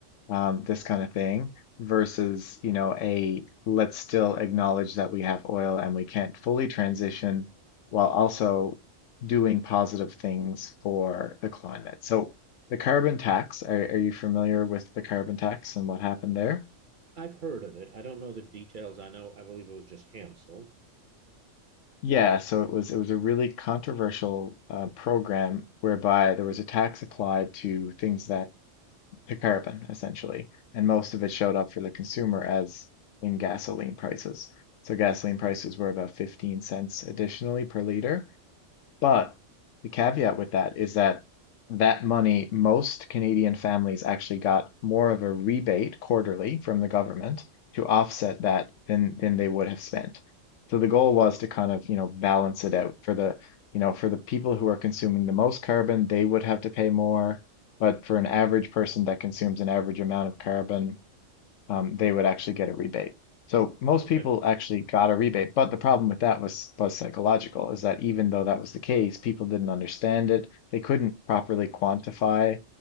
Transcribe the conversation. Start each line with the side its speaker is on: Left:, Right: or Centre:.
Left: um, this kind of thing versus, you know, a let's still acknowledge that we have oil and we can't fully transition while also doing positive things for the climate. So the carbon tax, are, are you familiar with the carbon tax and what happened there?
Right: I've heard of it. I don't know the details. I know, I believe it was just canceled.
Left: Yeah, so it was it was a really controversial uh, program whereby there was a tax applied to things that to carbon essentially, and most of it showed up for the consumer as in gasoline prices. So gasoline prices were about 15 cents additionally per liter. But the caveat with that is that that money, most Canadian families actually got more of a rebate quarterly from the government to offset that than than they would have spent. So the goal was to kind of, you know, balance it out for the, you know, for the people who are consuming the most carbon, they would have to pay more, but for an average person that consumes an average amount of carbon, um, they would actually get a rebate. So most
Right: Okay.
Left: people actually got a rebate, but the problem with that was was psychological, is that even though that was the case, people didn't understand it. They couldn't properly quantify